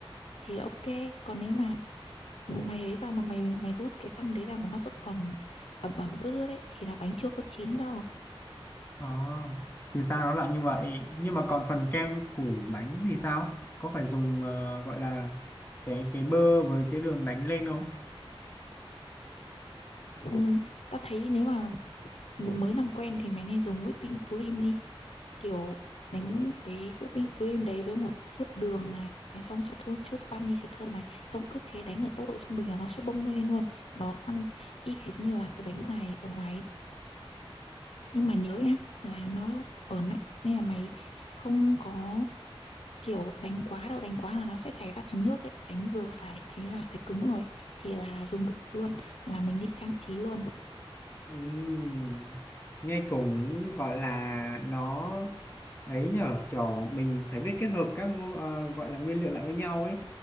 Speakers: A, on the left; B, on the left.
A: thì là ok còn nếu mà mày ấy vào mà mày mày rút cái tăm đấy ra mà nó vẫn còn ẩm ẩm ướt ướt đấy thì là bánh chưa có chín đâu
B: Ờ, thì ra nó là như vậy nhưng mà còn phần kem phủ bánh thì sao có phải dùng ờ, gọi là cái cái bơ với cái đường đánh lên không
A: ừ, ta thấy nếu mà mới làm quen thì mày nên dùng whipping cream đi kiểu đánh cái whipping cream đấy với một chút đường này xong cho thôi chút vani cho thơm này xong cứ thế đánh ở tốc độ trung bình là nó sẽ bung lên luôn nó ăn y hệt như là cái bánh ngoài ở ngoài ấy. nhưng mà nhớ nhá là nó ở lạnh nên là mày không có kiểu đánh quá đâu đánh quá là nó sẽ chảy ra thành nước đấy đánh vừa phải thế là thấy cứng rồi thì là dùng được luôn là mình đi trang trí luôn
B: Ừm, nghe cũng gọi là nó ấy nhở kiểu mình phải biết kết hợp các ngôn, ờ, gọi là nguyên liệu lại với nhau ấy